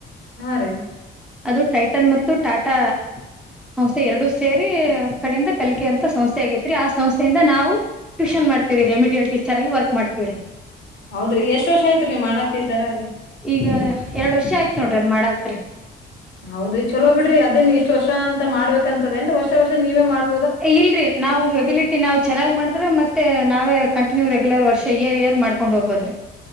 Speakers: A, on the left; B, in the centre.
A: ಹಾ ರೀ
B: ಅದು ಟೈಟನ್ ಮತ್ತು ಟಾಟಾ. ಸಂಸ್ಥೆ ಎರಡು ಸೇರಿ ಕಡಿಂದ ಕಲ್ಕಿ ಅಂತ ಸಂಸ್ಥೆ ಆಗೇತ್ರಿ ಆ ಸಂಸ್ಥೆಯಿಂದ ನಾವು ಟ್ಯೂಷನ್ ಮಾಡ್ತಿರಿ ರೆಮಿಡಿಯಲ್ ಟೀಚರ್ ಆಗಿ ವರ್ಕ್ ಮಾಡ್ತಿವ್ರಿ.
A: ಹೌದ್ರಿ ಎಷ್ಟ ವರ್ಷ ಆಯ್ತ್ರಿ ಮಾಡತ್ ಈ ತರ ರೀ
B: ಈಗ ಎರಡ್ ವರ್ಷ ಆಯ್ತ್ ನೋಡ್ರಿ ಅದ್ ಮಾಡತ್ರಿ.
A: ಹೌದ್ರಿ ಚಲೋ ಬಿಡ್ರಿ ಅದೇನ್ ಇಷ್ಟ ವರ್ಷ ಅಂತ ಮಾಡ್ಬೇಕಂತದೇಂತ ವರ್ಷ ವರ್ಷ ನೀವೇ ಮಾಡ್
B: ಇಲ್ರಿ ನಾವು ಎಬಿಲಿಟಿ ನಾವ್ ಚೆನ್ನ್ ಮಾಡಿದ್ರೆ ಮತ್ತೆ ನಾವೇ ಕಂಟಿನ್ಯೂ ರೆ ಕಿಲ್ರ್ ವರ್ಷ ಇಯರ್ ಇಯರ್ ಮಾಡ್ಕೊಂಡ್ ಹೋಗೊದ್ರಿ.